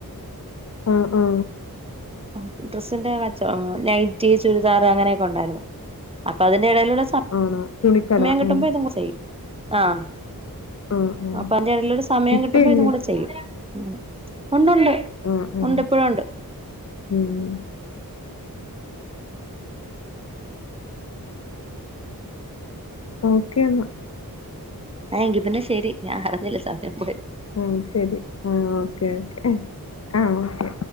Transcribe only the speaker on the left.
ആ ആ
ആണോ? തുണിക്കട.
ആഹ്.
ആഹ് ആഹ്.
ഇപ്പ
ഇല്ലേ?
ആഹ് ആഹ്.
ഉം. ഓക്കേ എന്നാ.
ഉം ശരി ആ ഓക്കെ ഓക്കേ ആ ഓക്കെ.